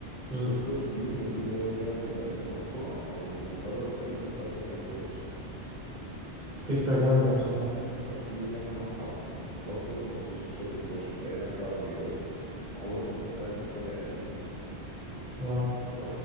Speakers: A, on the right (about 40°); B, on the left (about 30°).
A: مم،
B: شتوتجارت دي المدينة اللي هي فيها ال- المصنع أو المقر الرئيسي بتاع شركة بورش
A: فكره جامده بصراحه
B: في هناك متحف مخصص مخصوص لشركة بورش بتلاقي هناك عربيات عمرك ما شفتها قبل كده قديمة
A: آه.
B: ف...